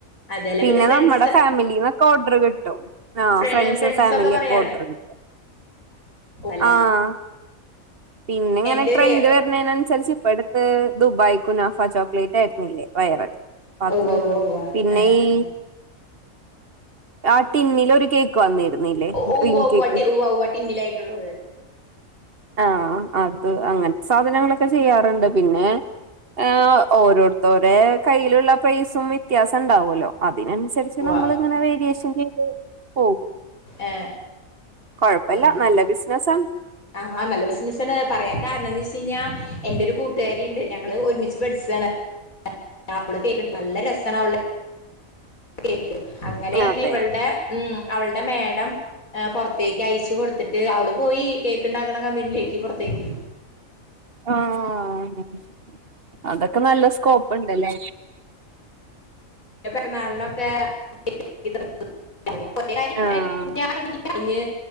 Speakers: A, on the left; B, on the right.
A: അതെല്ലേ
B: പിന്നെ
A: ഫ്രണ്ട്സ്
B: ഞമ്മടെ ഫാമിലിന്നൊക്കെ ഓർഡർ കിട്ടും ആ
A: ഫ്ര
B: സെൻസസ്
A: ഫ്രണ്ട്സ്
B: ഫാമിലി
A: പറയാറുണ്ട്
B: ഒക്കെ ഓർഡർ കിട്ട
A: അല്ലെ
B: ആഹ പിന്നെ ഇങ്ങനെ
A: എന്റെ
B: ട്രെൻഡ്
A: ഒരു
B: വരുന്നയിനനുസരിച് ഇപ്പ ദുബായ് കുനാഫ ചോക്ലേറ്റ് ആയിുന്നില്ലേ വൈറൽ അപ്പത്
A: ഉവ്വ ഉവ്വ ഉവ്വ
B: പിന്നെ
A: ഏ
B: ഈ
A: ഏ
B: ആ ടിൻ ഒരു കേക്ക് വന്നിരുന്നില്ലേ
A: ഉവ്വ
B: ഡ്രീം
A: ഉവ്വാട്ടി
B: കേക്ക്
A: ഉവ്വ ഉവ്വാട്ടി ടിൻ ലായിട്ടുള്ളത്
B: ആഹ അത് അങ്ങനത്തെ സാധനങ്ങളൊക്കെ ചെയ്യാറ്ണ്ട് പിന്നെ ഹ ഓരോരുതോരെ കയ്യിലുള്ള പൈസും വ്യത്യാസം ഉണ്ടാവുല്ലോ അ അതിനനുസരിച്ച്
A: ഉവ്വ
B: നമ്മളിങ്ങനെ വേരിയേഷൻ ചെയ്ത് പോകും
A: ഏ
B: കൊഴപ്പല്ല
A: ആഹ
B: നല്ല ബിസിനസാണ്
A: ആഹ നല്ല ബിസിനസ് ആണ് പറയാൻ കാരണംന്ന് എന്റെ ഒരു കൂട്ടുകാരിണ്ട് ഞങ്ങൾ ഒരുമിച്ച് പഠിച്ചതാണ് അവള് കേക്ക നല്ല രസമാണ് കേ അങ്ങനെ തന്നെ
B: അതെ
A: ഇവളുടെ ഉ അവളുടെ മേടം പുറത്തേക്ക് അയച്ചു കൊടുത്തിട്ട് അവള് പോയി കേക്ക് ഇണ്ടാക്ക്‌ണ കമ്പനിയിലേക്ക് പുറത്തേക്ക്
B: ആഹ അത ഇപ്പം നല്ല സ്കോപ്പ് ഉണ്ടല്ലേ
A: പെറുന്നാളിനൊക്കെ <unintelligible> അ കുറേ കാര്യം
B: ആഹ്
A: <unintelligible> ഇഞ്ഞ്